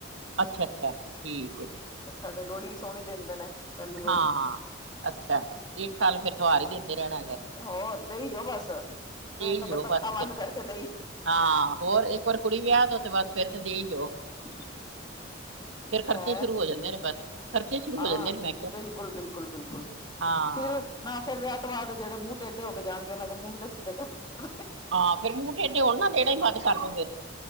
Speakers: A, on the right; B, on the left.
A: ਅੱਛਾ-ਅੱਛਾ ਠੀਕ ਏ।
B: ਫੇਰ ਸਾਡੇ ਲੋੜੀ ਵੀ ਸੋਣੀ ਦਿੰਦੇ ਨੇ। ਪਹਿਲੀ ਲੋਹੜੀ
A: ਹਾਂ-ਹਾਂ, ਅੱਛਾ। ਏਕ ਸਾਲ ਫੇਰ ਤੇਓਆਰ ਈ ਦੇਂਦੇ ਰੈਣਾ ਹੈਗੈ।
B: ਹੋਰ ਦਈ ਜੋ ਬਸ। ਫੇਰ
A: ਹੀ
B: ਤਾਂ ਬਸ
A: ਜਾਓ
B: ਅੱਖਾਂ ਬੰਦ
A: ਫਿਰ
B: ਕਰਕੇ ਦਈ
A: ਹਾਂ, ਹੋਰ ਏੱਕ ਵਾਰ ਕੁੜੀ ਵਿਆ ਦੋ ਤੇ ਬਸ ਫੇਰ ਤੇ ਦੇਈ ਜੋਓ।
B: <unintelligible>
A: ਫੇਰ ਖਰਚੇ
B: ਹੈਂ
A: ਸ਼ੁਰੂ ਹੋ ਜਾਂਦੇ ਨੇ ਬਸ। ਖਰਚੇ ਸ਼ੁਰੂ
B: ਹਾਂ,
A: ਹੋ ਜਾਂਦੇ ਨੇ ਮੈਂ ਕਿਹਾ
B: ਬਿਲਕੁਲ-ਬਿਲਕੁਲ-ਬਿਲਕੁਲ
A: ਹਾਂ
B: ਫੇਰ ਨਾ ਫੇਰ ਵਿਆ ਤੋਂ ਬਾਦ ਜੇੜੇ ਮੂੰਅ ਟੇਢੇ ਹੋ ਕੇ ਜਾਣਗੇ ਓਨਾਂ ਦੇ ਮੂੰਅ ਵੀ ਤੇ ਸਿੱਧੇ ਕਰ ਕਰ
A: ਹਾਂ ਫੇਰ ਮੂੰਹ ਟੇਢੇ ਹੋਣ ਨਾ ਦੇਣਾ ਈ ਬੰਦ ਕਰਦੋ ਫੇਰ।